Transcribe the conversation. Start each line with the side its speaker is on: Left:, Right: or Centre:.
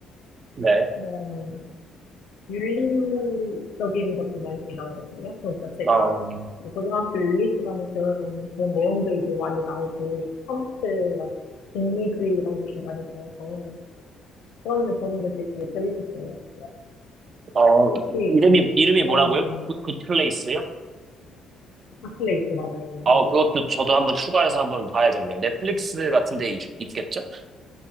Right: 네.
Left: 그런 윤리적인 것도 많이 나오거든요. 그러니까 제가
Right: 어,
Left: 뭐 고등학교 윤리 시간에 배운 그런 내용들도 많이 나오고, 컴퓨터, 막, 인리주의 이런 것도 많이 나와서, 그런데 저는 게 되게 재밌었어요. 그러니까
Right: 어, 이-
Left: 혹시
Right: 이름이,
Left: 그,
Right: 이름이
Left: 음,
Right: 뭐라고요? 굿, 굿 플레이스요?
Left: 핫플레이스 맞아요.
Right: 아,
Left: 네.
Right: 그것도 저도 한번 추가해서 한번 봐야겠네요. 넷플릭스 같은 데 있, 겠죠